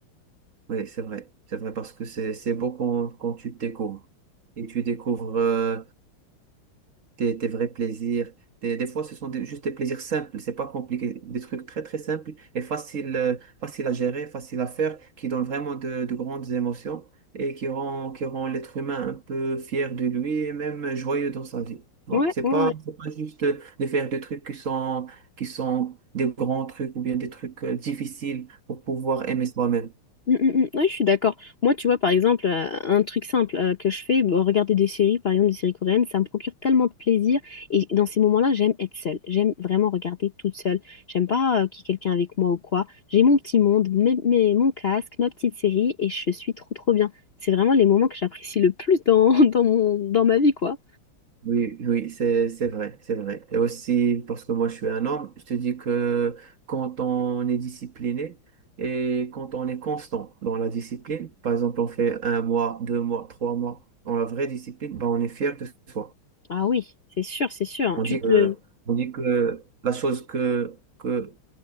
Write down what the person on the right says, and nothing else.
Oui, c'est vrai. C'est vrai parce que c'est c'est beau quand, quand tu te découvres et tu découvres euh, tes, tes vrais plaisirs. Des, des fois, ce sont des- juste des plaisirs simples, c'est pas compliqué, des trucs très très simples et faciles euh, faciles à gérer, faciles à faire, qui donnent vraiment de, de grandes émotions et qui rend, qui rend l'être humain un peu fier de lui et même joyeux dans sa vie. Bon,
c'est
pas,
c'est pas juste de faire des trucs qui sont, qui sont des grands trucs ou bien des trucs euh, difficiles pour pouvoir aimer soi-même.
Oui, oui, c'est, c'est vrai, c'est vrai. Et aussi, parce que moi, je suis un homme, je te dis que quand on est discipliné et quand on est constant dans la discipline, par exemple, on fait un mois, deux mois, trois mois dans la vraie discipline, ben, on est fier de soi.
On
dit
que, on dit que la chose que, que